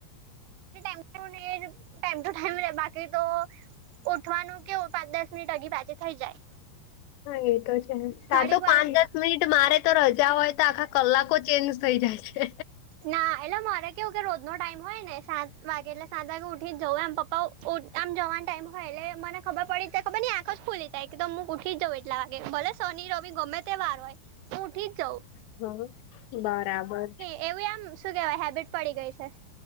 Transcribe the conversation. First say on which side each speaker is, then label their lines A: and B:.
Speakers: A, on the right (about 90°); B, on the left (about 75°).
A: ટેપુ ને ટાઈમ ટુ ટાઈમ રે બાકી તો. ઉઠવાનું કે કેવુ પાંચ દસ મિનિટ આગી પાછી થઈ જાય.
B: હા એ તો છે તાર
A: ઘડીક
B: તો
A: વાર
B: પાંચ દસ. મિટ મારે તો રજા હોય તો આખા કલાકો ચેન્જ થઈ જાય છે.
A: ના એટલે મારે કેવું કે રોજ નો ટાઈમ હોય ને સાત વાગે એટલે સાત વાગે ઉઠી જવું એમ પપ્પા ઉઠ. આમ જવાનો ટાઈમ હોય એટલે મને ખબર પડી જાય ખબર ની આંખ જ ખૂલી જાય કે તોમ હું ઉઠી જઉ. કેટલા વાગે ભલે શનિ રવિ ગમે તે વાર હોય હું ઉઠી જ જઉં
B: હમ બરાબર.
A: એવું આમ શું કેવાય હેબિટ પડી ગઈ છે.